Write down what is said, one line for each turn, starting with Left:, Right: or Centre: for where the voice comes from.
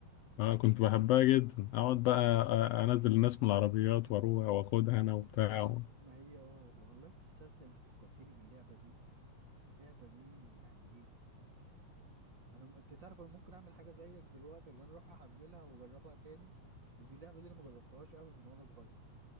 Left: اه كنت بحبها جدا اقعد بقى آه، انزل الناس من العربيات واروح واخدها انا وبتاع
Right: ما هي ما هي اه والله تصدق انت فكرتني باللعبة دي اللعبة دي يعني ايه انا م- انت تعرف انا ممكن اعمل حاجة زيك دلوقتي اللي انا اروح احملها واجربها تاني لان اللعبة دي انا ما جربتهاش قوي من وانا صغير